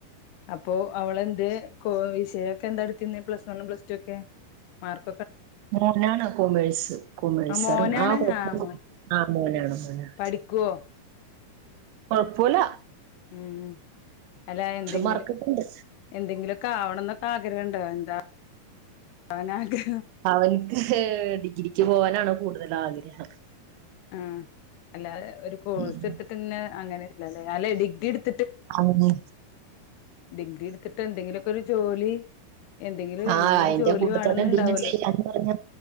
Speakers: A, on the left (about 80°); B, on the right (about 80°).
A: അപ്പോ അവളെന്തേ കൊയ്സ്ന്കെ എന്താ ഇട്ത്തിന്നെ പ്ലസ് വൺ പ്ലസ് ടു ഒക്കെ? മാർക്ക്
B: മോനാണ കൊമേഴസ് കമേഴിസാറ്
A: ആ മോനാണ്
B: ആ <inaudible>
A: മോൻ
B: ആ മോനാണ് മോനാണ്
A: പഠിക്കുവോ
B: കൊഴപ്പോല.
A: ഉം അല്ല എന്തെങ്കിലും
B: മാർക്കൊക്കെണ്ട്
A: എന്തെങ്കിലും ഒക്കെ ആവണം എന്നൊക്കെ ആഗ്രഹണ്ടോ എന്താ? ഓനാഗ്ര
B: അവൻക്ക് ഡിഗ്രിക്ക് പോകാനാണ് കൂടുതൽ ആഗ്രഹം.
A: ആ അല്ലാതെ ഒരു കോഴ്സ്
B: ഉം
A: എടുത്തിട്ട്ന്ന അങ്ങനെല്ലല്ലേ? അല്ല ഡിഗ്രിട്
B: അതന്നെ
A: ഡിഗ്രി എടുത്തിട്ട് എന്തെങ്കിലൊക്കെ ഒരു ജോലി. എന്തെങ്കിലും
B: ആ
A: ഇന്നരു
B: അയിന്റെ
A: ജോലി
B: കൂട്ടത്തന്നെ
A: വേണംന്നുണ്ടാവലോ
B: എന്തെങ്കിലും ചെയ്യാന്ന് പറഞ്ഞ